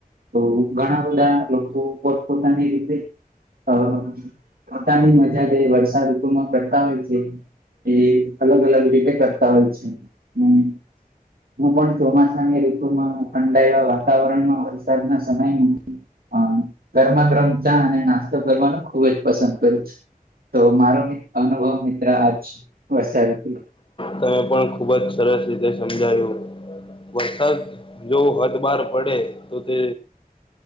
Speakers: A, on the right (about 70°); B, on the left (about 35°).
A: તો ઘણા બધા લોકો પોતપોતાની રીતે અ પોતાની મજા જ વરસાદ ઋતુ માં કરતા હોય છે એ અલગ અલગ રીતે કરતા હોય છે હમ હું પણ ચોમાસાની ઋતુમાં ઠંડા એ વાતાવરણમાં વરસાદના સમયમાં હ કરરમ કરરમ ચા અને નાસ્તો કરવાનું ખુબ જ પસંદ કરું છું તો મારો અનુભવ મિત્ર આજ વરસાલું હત
B: તમે પણ ખુબ જ સરસ રીતે સમજાયું વરસાદ જો હદ બાર પડે તો તે